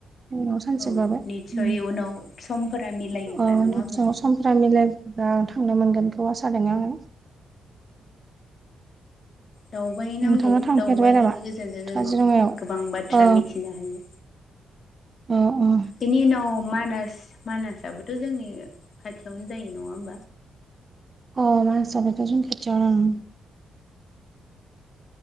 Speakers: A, on the right; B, on the left.
A: उनाव सानसेबाबो
B: औ
A: ओम
B: निस्सय उनाव समफोरा मिलायोब्ला
A: अ
B: नङा
A: गाबाय
B: होमबा
A: <unintelligible> समफ्रा मिलायबा थांनो मोनगोनखौ आसा दं आङो
B: दावबाय नांगौ
A: नोंथाङा थांफेरबाय
B: दावबायनायनि
A: नामा
B: गेजेरजों जोङो
A: काजिरङायाव
B: गोबां बाथ्रा
A: औ
B: मिथिनो हायो
A: औ औ
B: बिनि उनाव मानास मानासाबोथ' जोंनि खाथियावनो जायो नङा होमबा
A: अ मानासाबोथ' जों खाथियावनो ओम